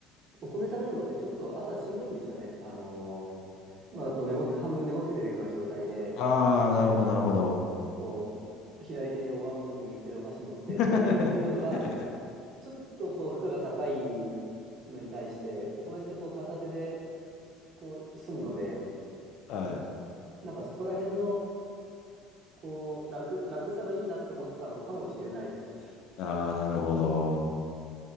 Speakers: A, on the right; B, on the left.
A: お米食べるのってちょっと朝しんどいんですよね。あのーまだこう寝ぼけ、半分寝ぼけてるような状態で、
B: ああ、なるほど、なるほど。
A: こう、左手にお椀持って右手でお箸持ってっていう、
B: <laughs>
A: いうのが、ちょっとこう負荷が高いのに対して、お米ってこう片手でこう済むので、
B: はい。
A: なんかそこら辺のこう楽、楽さがいいなって思ったのかもしれないです。
B: ああ、なるほど。